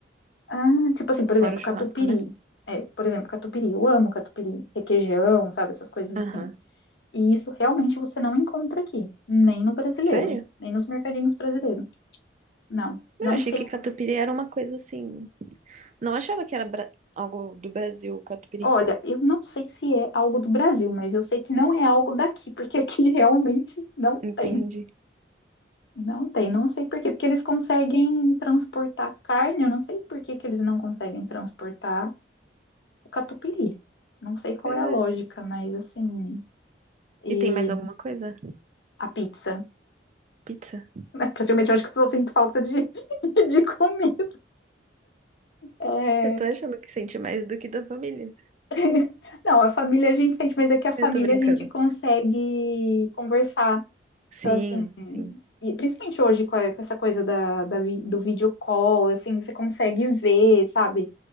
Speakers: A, on the left; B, on the right.
A: Ah, tipo assim, por
B: Fora
A: exemplo,
B: o churrasco,
A: catupiry.
B: né?
A: É, por exemplo, catupiry. Eu amo catupiry, requeijão, sabe? Essas coisas
B: Aham.
A: assim. E isso realmente você não encontra aqui, nem no brasileiro,
B: Sério?
A: nem nos mercadinhos brasileiros. Não,
B: Eu
A: não
B: achei
A: sei
B: que catupiry era uma coisa assim. Não achava que era bra- algo do Brasil, o catupiry.
A: Olha, eu não sei se é algo do Brasil, mas eu sei que não é algo daqui, porque aqui <laughs> realmente não
B: Entendi.
A: tem. Não tem, não sei por quê, porque eles conseguem transportar carne, eu não sei por que que eles não conseguem transportar o catupiry. Não sei qual
B: Pois
A: é a
B: é.
A: lógica, mas assim, e
B: E tem mais alguma coisa?
A: a pizza.
B: Pizza?
A: <laughs> Praticamente eu acho que eu só sinto falta de, <laughs> de comida. É,
B: Eu tô achando que sente mais do que da família.
A: <laughs> Não, a família a gente sente, mas é que a família
B: Eu tô brincando.
A: a gente consegue conversar.
B: Sim,
A: Então, assim,
B: sim,
A: e principalmente hoje com a- com essa coisa da, da vi- do vídeo call, assim, você consegue ver, sabe?